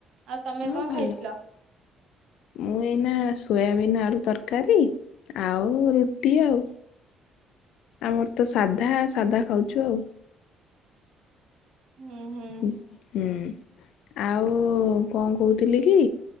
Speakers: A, on the right; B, on the left.
A: ଆଉ ତମେ
B: ହଁ
A: କଣ
B: ଭଲ
A: ଖାଇଥିଲ?
B: ମୁଁ ଏଇନା ସୋୟାବିନ୍ ଆଡୁ ତରକାରୀ' ଆଉ ରୁଟି ଆଉ ଆମର ତ ସାଧା ସାଧା ଖାଉଚୁ ଆଉ।
A: ହୁଁ ହୁଁ।
B: ହୁଁ ଆଉ କଣ କହୁଥିଲି କି?